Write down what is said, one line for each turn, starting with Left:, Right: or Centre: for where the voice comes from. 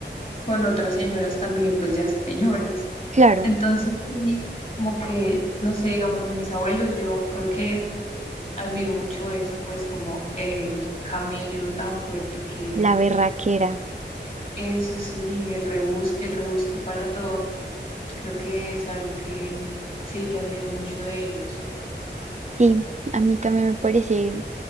Left: con otras señoras también, pues ya señoras.
Right: Claro,
Left: Entonces, sí, como que, no sé, digamos, de mis abuelos, yo creo que admiro mucho eso, pues como el camello tan fuerte que
Right: la berraquera.
Left: eso sí, el rebusque, el rebusque para todo, creo que es algo que sí, que admiro mucho de ellos.
Right: Sí, a mí también me parece,